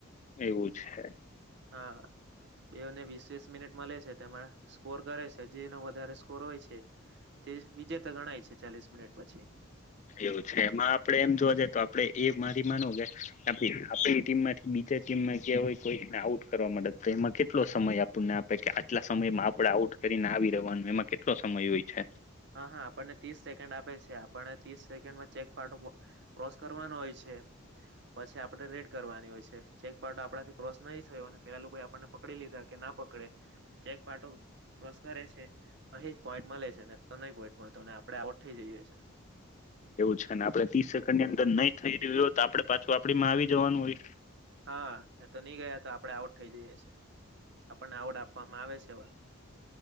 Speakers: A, on the left; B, on the right.
A: એવું છે
B: હા તેઓને વીસ વીસસ મિનિટ મળે છે તેમાં સ્કોર કરે છે જેનો વધારે સ્કોર હોય છે તે વિજેતા ગણાય છે ચાલીસ મિનિટ પછી
A: એવું છે એમાં આપણેે એમ જોવા જઈએ તો આપણેે એ મારી માનો કે આપણી ટીમમાંથી બીજા ટીમમાં ગયા હોય કોઈકનિ આઉટ કરવા માટેે તો એમાં કેટલો સમય આપણને આપે કે આટલા સમયમાં આપડ આઉટ કરીને આવી રવાનો એમાં કેટલો સમય હોય છે
B: હા હા આપણને ત્રીસ સેકન્ડ આપે છે આપણને ત્રીસ સેકન્ડમાં ચેક પાર્ટો ક્રોસ કરવાનો હોય છે પછી આપડણે રેડ કરવાની હોય છે તે ચેક આપણાથી ક્રોસ ન થયો અને પેલા લોકોએ આપણને પકડી લીધા કે ના પકડે ચેક પાટો ક્રોસ કરે છે અહી જ પોઈન્ટ મળે છે ને તો નહી બોઈડ મળતો નેઆપડે આઉટ થઇ જઈેયે છે
A: એવું છે ને આપડે ત્રીસ સેકન્ડ ની અંદર નઈ થઈ રહ્યું હોય તો આપડે પાછું આપડી માં આવી જવાનું હોય
B: હા એ તો નહી ગયા તો આપડે આઉટ થઈ જઈએ છે આપણને આવોડ આપવામાં આવે છે